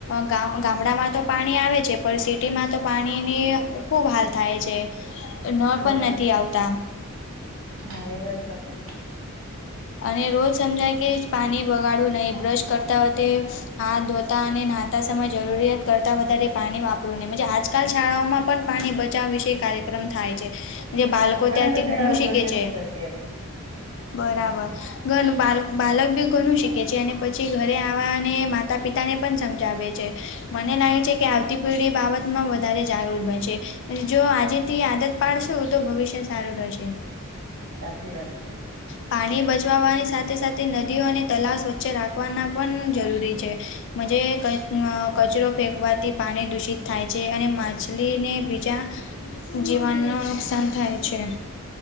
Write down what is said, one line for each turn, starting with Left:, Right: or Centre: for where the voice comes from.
Left: ગામડામાં તો પાણી આવે છે પણ સિટીમાં તો પાણીની ખૂબ હાલ થાય છે. <inaudible>
Right: બરાબર
Left: પણ નથી આવતા
Right: હા એ વાત સાચી છે.
Left: અને રોજ સમજાય કે જ પાણી બગાડવું નહીં બ્રશ કરતા વખતે હાથ ધોતા અને નાહતા સમય જરૂરિયાત કરતા વધારે પાણી વાપરવુ નહી આજ કાલ શાળાઓમાં પણ પાણી બચાવ વિશે કાર્યક્રમ થાય છે. જે બાળકો
Right: આ ઘણા
Left: ત્યાંથી
Right: બધા
Left: ઘણું
Right: એવા
Left: શીખે
Right: પ્રોજેક્ટ
Left: છે
Right: અત્યારે
Left: બરાબર
Right: હા
Left: તેમ બાલ બાલક બી ઘણું શીખે છે અને પછી ઘરે આવવાને માતા પિતાને પણ સમજાવે છે. મને લાગે છે કે આવતી પેઢી બાલક માંવધારે જાગૃત બનશે. અને જો આજે થી આદત પાડશો તો ભવિષ્ય સારું રહેશે.
Right: સાચી વાત છે.
Left: પાણી બજ બચાવાની સાથે સાથે નદીઓ અને તલાવ સ્વચ્છ રાખવાના પણ જરૂરી છે. <unintelligible> કચરો ફેંકવાથી પાણી દૂષિત થાય છે અને માછલીને બીજા જીવનનું નુકસાન થાય છે.